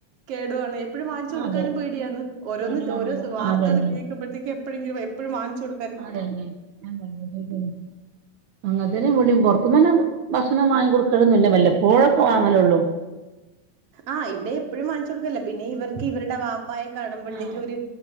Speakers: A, on the right; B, on the right.
A: കേടുവാണ് എപ്പോഴും വാങ്ങിച്ചു കൊടുക്കാനും
B: ആഹ്
A: പേടിയാന്ന് ഓരോന്ന്
B: പേടിയാണ്
A: ഓരോ വാർത്തകൾ
B: അതന്നെ
A: കേൾക്കുമ്പോഴത്തേക്കും എപ്പോഴെങ്കിലും എപ്പോഴും വാങ്ങിച്ചു കൊടു
B: അതന്നെ <unintelligible> അങ്ങനത്തന്നെ ഇവിടേം പുറത്തുനിന്ന് ഭക്ഷണം വങ്ങി കൊടുക്കന്നില്ല വല്ലേ എപ്പോഴൊക്കെ വാങ്ങലള്ളൂ
A: ആ ഇവിടെ എപ്പോഴും വാങ്ങിച്ചു കൊടുക്കല്ലേ പിന്നെ ഇവർക്ക് ഇവരുടെ വാപ്പ പപ്പായെ കാണുമ്പോഴത്തേക്ക്
B: ആഹ്
A: ഒരു